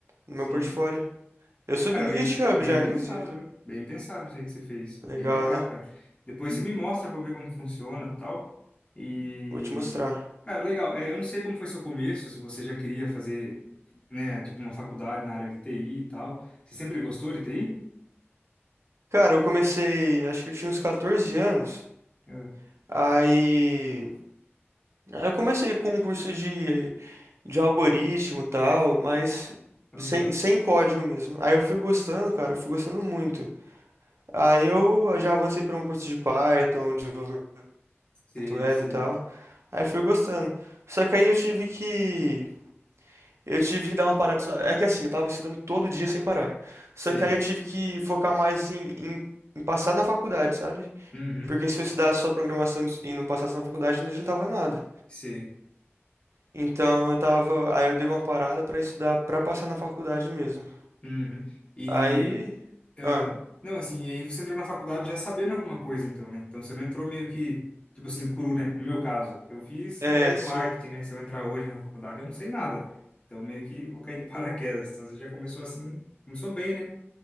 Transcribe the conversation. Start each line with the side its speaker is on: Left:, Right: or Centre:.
Right: no
Left: Sim.
Right: meu portfólio. Eu subi
Left: Cara,
Right: no
Left: bem,
Right: GitHub
Left: bem
Right: já,
Left: pensado,
Right: inclusive.
Left: viu? Bem pensado isso aí que você fez.
Right: Legal,
Left: Bem legal,
Right: né?
Left: cara. Depois você me mostra pra eu ver como funciona e tal. E,
Right: Vou te mostrar.
Left: cara, legal. É, eu não sei como foi seu começo, se você já queria fazer, né, tipo uma faculdade na área de TI e tal. Você sempre gostou de TI?
Right: Cara, eu comecei, acho que eu tinha uns 14 anos.
Left: Ah,
Right: Aí, aí eu comecei com um curso de, de algoritmo e tal, mas
Left: Aham.
Right: sem, sem código mesmo. Aí eu fui gostando, cara, eu fui gostando muito. Aí eu já avancei para um curso de Python, um desenvolvimento
Left: Sei,
Right: web
Left: sei,
Right: e tal. Aí fui gostando. Só que aí eu tive que eu tive que dar uma parada. de estudar. É que assim, eu tava estudando todo dia sem parar. Só
Left: sei.
Right: que aí eu tive que focar mais em, em, em passar na faculdade, sabe?
Left: Uhum,
Right: Porque se eu estudasse só programação e não passasse na faculdade, não adiantava nada.
Left: sei.
Right: Então eu tava, aí eu dei uma parada pra estudar pra passar na faculdade mesmo.
Left: Uhum. E,
Right: Aí,
Left: Aham.
Right: ah,
Left: Não, assim, e aí você entrou na faculdade já sabendo alguma coisa, então, né? Então você não entrou meio que, tipo assim, cru, né? No meu caso, eu fiz
Right: é,
Left: é,
Right: sim.
Left: marketing, né? Se eu entrar hoje na faculdade, eu não sei nada. Então meio que vou cair de <laughs> paraquedas. Então você já começou assim, começou bem, né?